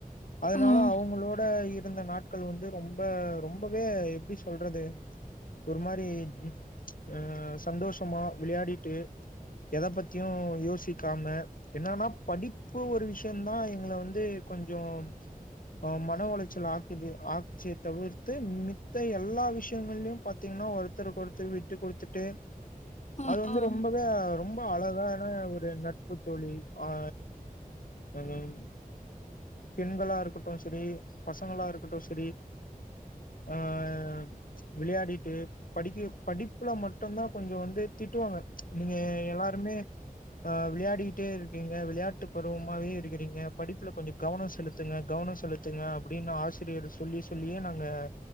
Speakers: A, on the left (about 70°); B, on the left (about 50°).
A: அதனால
B: ம்.
A: அவங்களோட இருந்த நாட்கள் வந்து ரொம்ப ரொம்பவே எப்டி சொல்றது ஒரு மாதிரி அ அ அ சந்தோஷமா விளையாடிட்டு எத பத்தியு யோசிக்காம என்னன்னா படிப்பு ஒரு விஷயதா எங்கள வந்து கொஞ்சோம் ஆம் மன உளைச்சல் ஆக்கு ஆக்குசியே தவிர்த்து மித் த்த எல்லா விஷயங்கள்யு பாத்தீங்னா ஒருத்தருக்கு ஒருத்தர் விட்டு குடுத்துட்டு
B: ம்,
A: அது வந்து
B: ம்,
A: ரொம்பவே ரொம்ப அழகானான ஒரு நட்பு தோழி ஆ <unintelligible> பெண்களா இருக்கட்டுசரி பசங்களா இருக்கட்டு சரி அ அ விளையாடிட்டு படிக்க படிப்புல மட்டும்தா கொஞ்சோ வந்து திட்டுவாங்க நீங்க எல்லாருமே ஆ விளையாடிக்கிட்டே இருக்கீங்க விளையாட்டு பருவமாவே இருக்கிறீங்க படிப்புல கொஞ்சோ கவனம் செலுத் த்துங்க கவனோ செலுத்துங்க அப்டின்னு ஆசிரியர் சொல்லி சொல்லியே நாங்க